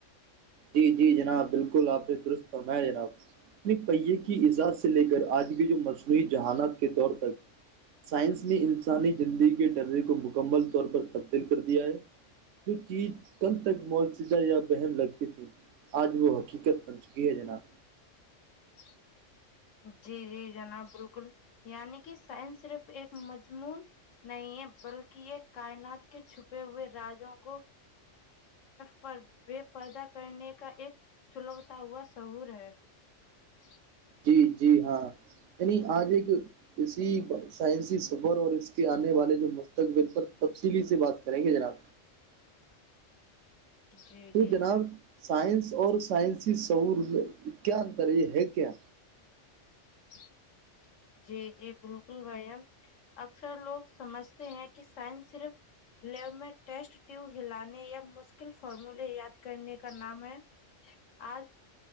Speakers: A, on the right (about 75°); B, on the left (about 80°).
A: جی جی جناب بالکل آپ نے درست فرمایا جناب اپنے پہیے کی اجاز سے لے کر آج بھی جو مصنوعی جہانات کے دور تک سائنس نے انسانی زندگی کے ڈرے کو مک کمل طور پر تبدیل کر دیا ہے جو چیز کند تک مولتزہ یا بہم لگتی تھی آج وہ حقیقت بن چکی ہے جناب
B: ج جی جی جناب بالکل یعنی کہ سائنس صرف ایک مجمون نہیں ہے بلکہ یہ کائنات کے چھپے ہوئے راجوں کو پر بے پردا کرنے کا ایک سلگتا ہوا شہور ہے ج
A: جی جی ہاں یع آج ایک کسی پر سائنسی سفر اور اس کے آنے والے جو مستقبل پر تفصیلی سے بات کریں گے جناب
B: جی
A: تو
B: جی
A: جناب سائنس اور سائنسی سعور میں کیا انتر یہ ہے کیا
B: ج جی جی بالکل بھیا اکثر لوگ سمجھتے ہیں کہ سائنس صرف لیب میں ٹیسٹ ٹیو ہلانے یا مشکل فارموولے یاد کرنے کا نام ہے آج